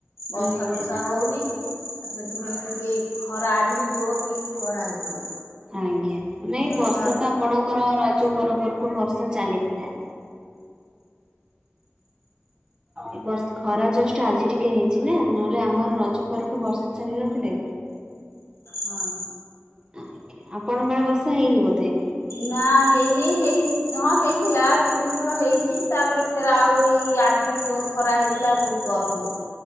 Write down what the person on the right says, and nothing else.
ଆଜ୍ଞା।
ଆଜ୍ଞା, ନାଇଁ ବର୍ଷା
ତ ଆପଣଙ୍କର ରଜ ପର ପରଠୁ ବର୍ଷା ଚାଲିଥିଲା। ଏ ବର୍ଷ ଖରା ଜଷ୍ଟ ଆଜି ଟିକେ ହେଇଛି ନା, ନହେଲେ ଆମର ରଜ ପରଠୁ ବର୍ଷା ଚାଲି ନଥିଲେ?
ଆଜ୍ଞା, ଆପଣଙ୍କ କାଳେ ବର୍ଷା ହେଇନି ବୋଧେ?